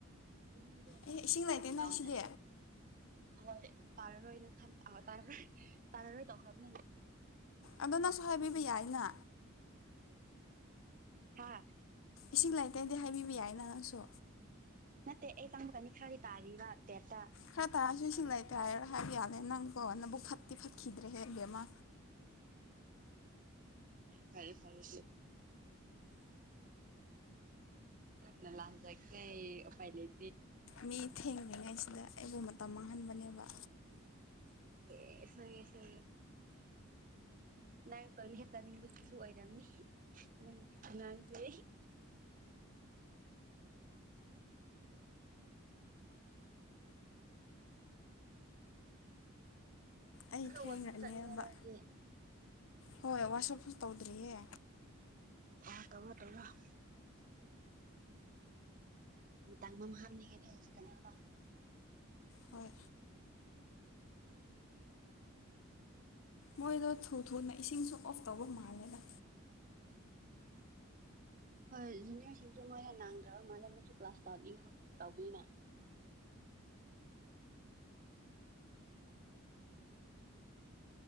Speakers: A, on the right; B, on the left.
A: ꯏ ꯍꯧꯖꯤ
B: ꯑꯦ ꯏꯁꯤꯡ ꯂꯩꯇꯦꯅ
A: ꯇꯗ
B: ꯁꯤꯗꯤ
A: ꯍꯣꯏ ꯇꯥꯔ ꯏ ꯈꯥꯟ ꯇꯥꯔ ꯇꯥꯔ ꯇꯧꯈꯥꯕꯤꯅ
B: ꯑꯗꯨ ꯅꯪꯁꯨ ꯍꯥꯏꯕꯤꯕ ꯌꯥꯏꯅ
A: ꯍꯥ
B: ꯏꯁꯤꯡ ꯂꯥꯏꯔꯤꯛ ꯇꯩꯗꯤ ꯍꯥꯏꯕꯤꯕ ꯌꯥꯏꯅ ꯅꯪꯁꯨ
A: ꯅꯠꯇꯦ ꯑꯩ ꯆꯪꯃꯛꯀꯅꯤ ꯈꯔꯗꯤ ꯇꯥꯔꯤꯕ ꯇꯦꯇ
B: ꯈꯔ ꯇꯥꯔꯁꯨ ꯁꯤ ꯂꯩꯇꯦ ꯍꯥꯏꯔꯣ ꯍꯥꯏꯕ ꯌꯥꯂꯦ ꯅꯪꯀꯣ ꯅꯕꯨ ꯐꯠꯇꯤ ꯐꯠꯈꯤꯗ꯭ꯔꯦꯍꯦ ꯏꯕꯦꯝꯃ
A: ꯐꯔꯦ ꯐꯔꯦ ꯂꯍꯥꯟ ꯆ ꯀ ꯄꯥꯏ ꯂꯩ
B: ꯃꯤ ꯊꯦꯡꯗ꯭ꯔꯤꯉꯩꯁꯤꯗ ꯑꯩꯕꯨ ꯃꯇꯝ ꯃꯥꯡꯍꯟꯕꯅꯦꯕ
A: ꯑꯦ ꯁꯅꯤ ꯁ ꯅꯪ ꯇꯧꯂ ꯆꯥꯅꯤꯡꯕꯒꯤꯁꯨ ꯑꯣꯏꯔꯝꯅꯤ ꯅꯪꯒꯤ ꯈꯨꯅꯥꯥꯡꯁꯦ
B: ꯑꯩ
A: ꯑꯗ
B: ꯊꯦꯡꯈ꯭ꯔꯅꯦꯕ
A: ꯋꯥꯁꯨꯝ ꯆꯠꯅꯤꯡꯉꯔ ꯍꯧꯖꯤꯦ
B: ꯍꯣꯏ ꯋꯥꯁꯞꯁꯨ ꯇꯧꯗ꯭ꯔꯤꯌꯦ
A: ꯑ ꯇꯧ ꯇꯧꯔꯥꯡ ꯃꯇꯥꯡ ꯃꯥꯡꯍꯟꯅꯤꯡꯉꯦꯗꯤ ꯍꯧꯖꯤꯛꯀ ꯄꯥ
B: ꯍꯣꯏ ꯃꯣꯏꯗꯣ ꯊꯨ ꯊꯨꯅ ꯏꯁꯤꯡꯁꯨ ꯑꯣꯐ ꯇꯧꯕ ꯃꯥꯜꯂꯦꯅ
A: ꯍꯣꯏ ꯖꯨꯅꯤꯌꯔꯁꯤꯡꯁꯨ ꯃꯣꯏ ꯍꯦ ꯅꯥꯡꯗ꯭ꯔꯕ ꯃꯥꯜꯂꯦ ꯃꯣꯏꯁꯨ ꯀ꯭ꯂꯥꯁ ꯇꯧꯍꯅꯤꯡꯉ ꯇꯧꯕꯅꯤꯅ